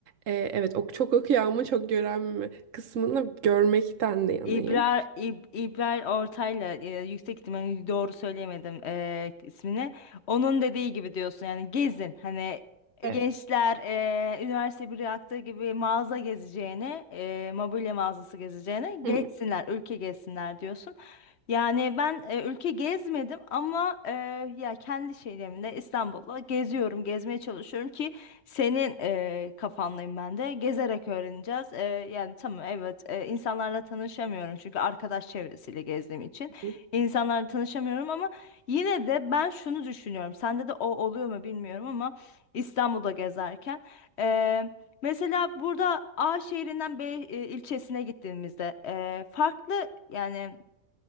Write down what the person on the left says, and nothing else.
İbrar, İb, İbrahim Ortaylı e, yüksek ihtimalle doğru söyleyemedim e, ismini. Onun dediği gibi diyorsun yani gezin. Hani e,
gençler e, üniversite bir yaptığı gibi mağaza gezeceğini, e, mobilya mağazası gezeceğini gezsinler,
ülke gezsinler diyorsun. Yani ben e, ülke gezmedim ama e, ya kendi şeylerimle İstanbul'da geziyorum, gezmeye çalışıyorum ki senin e, kafandayım ben de. Gezerek öğreneceğiz. E, yani tamam evet e, insanlarla tanışamıyorum çünkü arkadaş çevresiyle gezdiğim için
insanlarla tanışamıyorum ama yine de ben şunu düşünüyorum. Sende de o oluyor mu bilmiyorum ama İstanbul'da gezerken e, mesela burada A şehrinden B e, ilçesine gittiğimizde e, farklı yani